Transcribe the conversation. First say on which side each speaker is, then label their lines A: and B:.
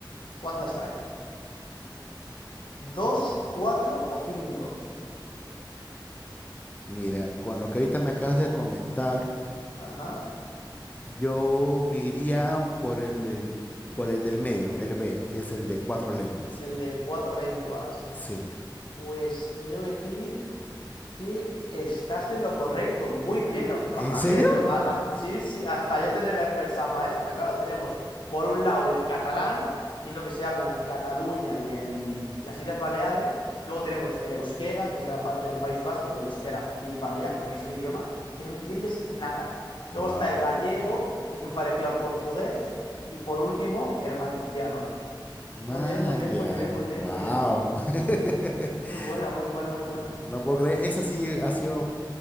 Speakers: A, on the left; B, on the left.
A: ¿cuántas hay? ¿Dos,
B: Y-
A: cuatro o cinco?
B: Mira, con lo que ahorita me acabas de comentar,
A: Ajá.
B: yo me iría por el del, por el del medio, el B, que es el de cuatro lenguas.
A: El de cuatro lenguas.
B: Sí.
A: Pues te tengo que decir. Que estás en lo correcto. Muy bien, ostras,
B: ¿En
A: Javier.
B: serio?
A: Yo, a- a- sí, sí, hasta yo tendría que haber pensado para esta. Claro, tenemos por un lado el catalán, que es lo que se habla en Cataluña y en las Islas Baleares. Luego tenemos el euskera, que es de la parte del País Vasco, que el euskera fliparías porque es un idioma que no entiendes nada. Luego
B: Wow.
A: está el gallego, que es muy parecido al portugués. Y por último, el valenciano.
B: Man,
A: Muy bien, muy bien,
B: ya.
A: muy bien, muy bien,
B: Wow.
A: muy bien.
B: <laughs>
A: Muy buena, muy buena, muy buena.
B: No, no puedo creer. Esa sí ha sido